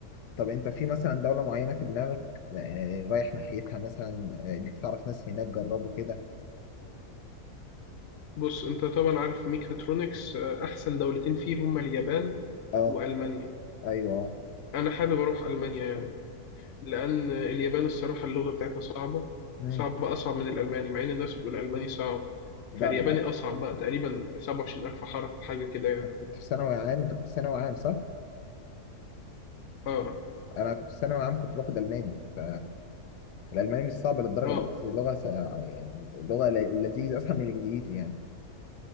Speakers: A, on the left; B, on the left.
A: طب انت في مثلا دولة معينة في دماغك آه، رايح ناحيتها مثلا آه، انك تعرف ناس هناك جربوا كده
B: بص انت طبعا عارف ميكاترونكس آه، احسن دولتين فيه هما اليابان
A: اه
B: والمانيا
A: ايوه اه
B: انا حابب اروح المانيا يعني لان اليابان الصراحه اللغه بتاعتها صعبه
A: امم
B: صعبه اصعب من الالماني مع ان الناس بتقول الالماني صعب
A: لا
B: فالياباني
A: بالعكس
B: اصعب بقى تقريبا 27000 حرف حاجه كده يعني
A: انا كنت في ثانوي عام انت كنت في ثانوي عام صح؟
B: اه
A: انا كنت في ثانوي عام كنت باخد الماني ف- الالماني مش صعب للدرجة
B: اه
A: بس لغة س- يعني لغة ل- لذيذة اسهل من الانجليزي يعني